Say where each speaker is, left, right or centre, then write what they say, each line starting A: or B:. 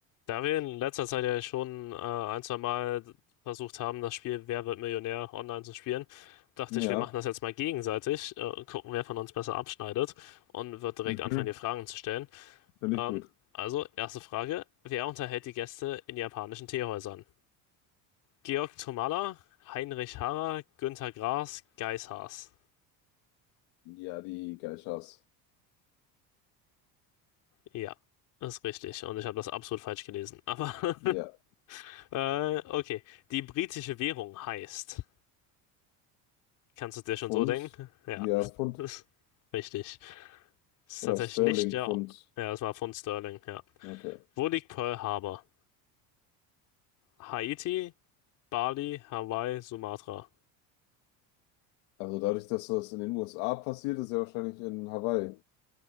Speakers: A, on the left (about 55°); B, on the left (about 85°).
A: Da wir in letzter Zeit ja schon äh, ein, zwei Mal versucht haben, das Spiel Wer wird Millionär online zu spielen, dachte
B: Ja,
A: ich, wir machen das jetzt mal gegenseitig, äh, und gucken, wer von uns besser abschneidet und wird direkt
B: mhm.
A: anfangen, dir Fragen zu stellen.
B: Finde
A: Ähm,
B: ich gut.
A: also, erste Frage: Wer unterhält die Gäste in japanischen Teehäusern? Georg Tomala, Heinrich Harrer, Günther Grass, Geiss Haas.
B: Ja, die Geishas.
A: Ja, das ist richtig und ich habe das absolut falsch gelesen. Aber
B: Ja,
A: <laughs> äh, okay, die britische Währung heißt. Kannst du dir schon
B: Pfund,
A: so denken? Ja,
B: ja, Pfund
A: <laughs> richtig. Das ist
B: oder
A: tatsächlich
B: Sterling
A: nicht der.
B: Pfund.
A: Ja, das war von Sterling, ja.
B: Okay.
A: Wo liegt Pearl Harbor? Haiti, Bali, Hawaii, Sumatra.
B: Also dadurch, dass das in den USA passiert, ist ja wahrscheinlich in Hawaii.